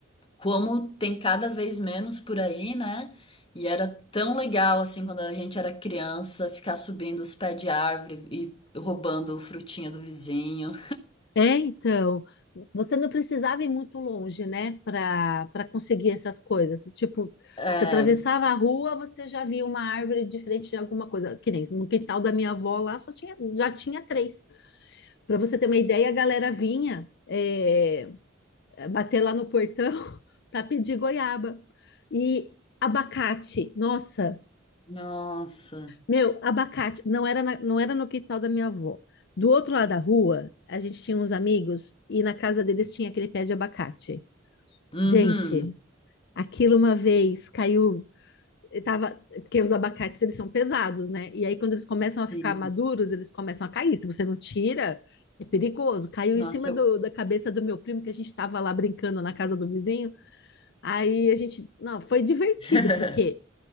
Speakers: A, on the left; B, on the left.
A: como tem cada vez menos por aí, né? E era tão legal assim quando a gente era criança ficar subindo os pés de árvore e roubando frutinha do vizinho.
B: É, então, você não precisava ir muito longe, né, para para conseguir essas coisas. Tipo,
A: É,
B: você atravessava a rua, você já via uma árvore de frente de alguma coisa. Que nem no quintal da minha avó lá, só tinha, já tinha três. Para você ter uma ideia, a galera vinha é, bater lá no portão <laughs> para pedir goiaba e abacate. Nossa.
A: Nossa.
B: Meu, abacate não era, na- não era no quintal da minha avó. Do outro lado da rua, a gente tinha uns amigos e na casa deles tinha aquele pé de abacate.
A: uhum,
B: Gente, aquilo uma vez caiu, eu tava, porque os abacates eles são pesados, né? E aí quando eles começam a ficar
A: sim.
B: maduros, eles começam a cair. Se você não tira, é perigoso. Caiu
A: Nossa,
B: em cima
A: eu
B: do- da cabeça do meu primo que a gente estava lá brincando na casa do vizinho. Aí a gente, não, foi divertido
A: <laughs>
B: porque